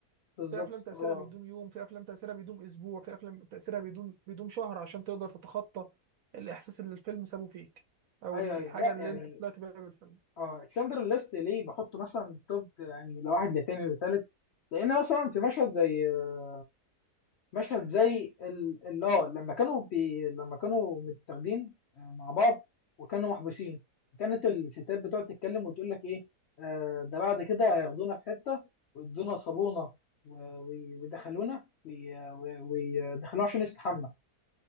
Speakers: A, on the left; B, on the right.
A: بالظبط
B: في افلام تاثيرها
A: اه
B: بيدوم يوم في افلام تاثيرها بيدوم اسبوع في افلام تاثيرها بيدوم بيدوم شهر عشان تقدر تتخطى الاحساس اللي الفيلم سابه فيك او
A: ايوه
B: الحاجه
A: ايوه لا
B: اللي
A: يعني
B: انت طلعت بيها بالفيلم
A: اه تشاندلر ليست ليه بحطه مثلا توب يعني لواحد لتاني لتالت لان مثلا في مشهد زي آه، مشهد زي ال ال- اه لما كانوا بي لما كانوا متاخدين آه، مع بعض وكانوا محبوسين كانت الستات بتقعد تتكلم وتقول لك ايه آه ده بعد كده هياخدونا في حته ويدونا صابونه و- وي- ويدخلونا وي- وي- ويدخلونا عشان نستحمى